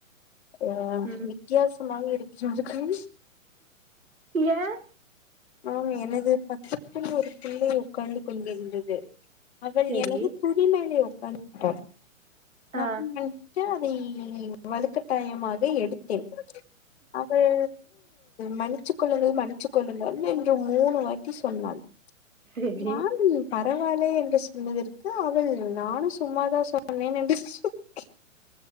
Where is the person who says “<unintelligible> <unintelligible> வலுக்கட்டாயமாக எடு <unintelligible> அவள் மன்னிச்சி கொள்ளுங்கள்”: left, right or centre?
Left